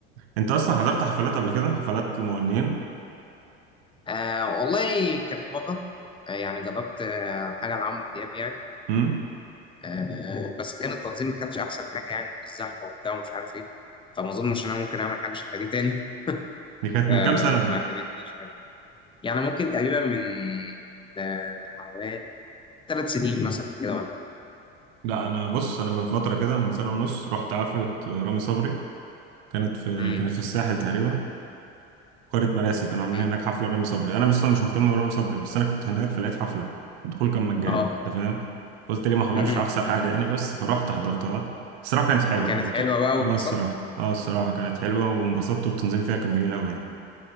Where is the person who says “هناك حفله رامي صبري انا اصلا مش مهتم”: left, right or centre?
Right